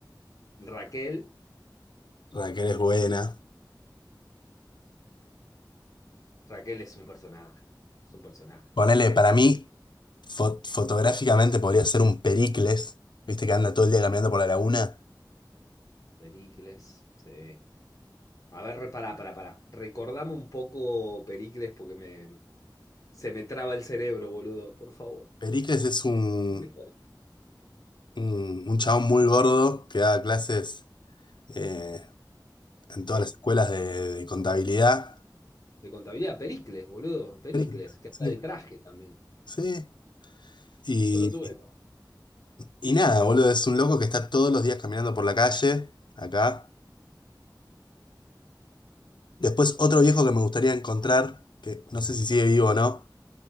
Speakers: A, on the left; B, on the left.
A: Raquel.
B: Raquel es buena.
A: Raquel es un personaje. Es un personaje.
B: Ponele, para mí, fo- fotográficamente podría ser un Pericles, viste que anda todo el día caminando por la laguna.
A: Pericles. Sí. A ver, re- pará, pará, pará. Recordame un poco, Pericles, porque me, se me traba el cerebro, boludo, por favor.
B: Pericles es un,
A: Pericles.
B: un, un chabón muy gordo que da clases eh, en todas
A: Sí,
B: las escuelas de, de contabilidad.
A: de contabilidad, Pericles, boludo, Pericles,
B: Pericles,
A: que
B: sí,
A: anda de traje también.
B: sí. Y,
A: Yo lo tuve.
B: y nada, boludo, es un loco que está todos los días caminando por la calle, acá. Después otro viejo que me gustaría encontrar, que no sé si sigue vivo o no,